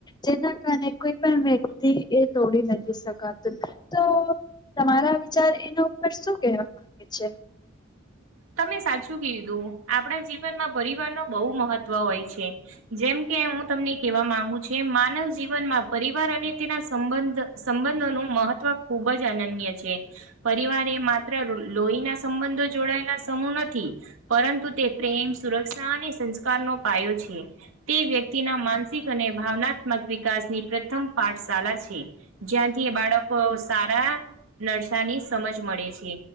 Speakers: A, on the left; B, on the right.
A: જેના કારણે કો પણ વ્યક્તિ એ તોડી નથી શકાતું તો તમારા વિચાર એના ઉપર શું કહેવા માંગે છે
B: તમે સાચું કીધું આપણા જીવનમાં પરિવાર ન બહુ મહત્વ હોય છે જેમ કે હું તમને કહેવા માંગુ છ માનવ જીવનમાં પરિવાર અને તેના સંબંધોનું મહત્વ ખૂબ જ અનન્ય છે પરિવારે એ માત્ર લોહીના સંબંધો જોડાયેલા સમૂ નથી પરંતુ તે પ્રેમ સુરક્ષા અને સંસ્કાર નો પાયો છે તે વ્યક્તિ તેના માનસિક અને ભાવનાત્મક વિકાસની પ્રથમ પાઠશાળા છે જ્યાંથી બાળક વ સારા નરસાાની સમજ મળે છે